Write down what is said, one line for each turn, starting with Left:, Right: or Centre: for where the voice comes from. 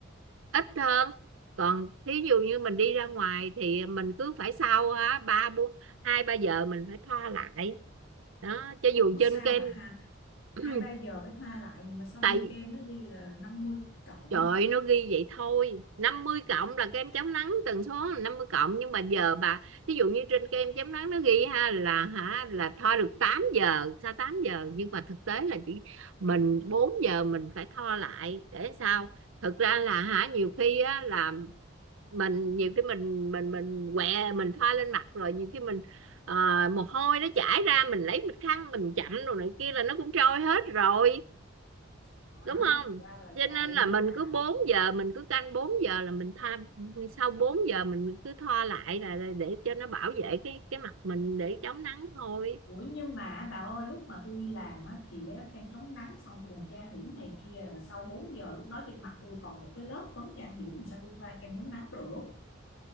Right: ít hơn còn thí dụ như mình đi ra ngoài thì mình cứ phải sau á ba bốn hai ba giờ mình phải thoa lại đó cho dù
Left: Ủa
Right: trên
Left: sao
Right: kem
Left: mà ha hai
Right: <clears throat>
Left: ba giờ mới thoa lại mà xong
Right: tại
Left: kem nó ghi là năm mươi cộng
Right: Trời ơi, nó ghi vậy thôi 50 cộng là kem chống nắng tần số là 50 cộng nhưng mà giờ bà thí dụ như trên kem chống nắng nó ghi ha là hả là thoa được 8 giờ sao 8 giờ nhưng mà thực tế là chỉ mình 4 giờ mình phải thoa lại để sao thực ra là hả nhiều khi á là mình nhiều khi mình mình mình quẹ mình thoa lên mặt rồi nhiều khi mình ờ, mồ hôi nó chảy ra mình lấy bịch khăn mình chậm rồi này kia là nó cũng trôi hết rồi
Left: đó
Right: đúng không
Left: thì ra là
Right: cho nên
Left: vậy
Right: là mình
Left: à
Right: cứ 4 giờ mình cứ canh 4 giờ là mình tha sau 4 giờ mình cứ thoa lại là là để cho nó bảo vệ cái cái mặt mình để chống nắng thôi
Left: ủa nhưng mà bà ơi lúc mà tôi đi làm á, thì á, kem chống nắng xong tôi còn trang điểm này kia là sau 4 giờ lúc đó trên mặt tôi còn một cái lớp phấn trang điểm làm sao tôi thoa kem chống nắng được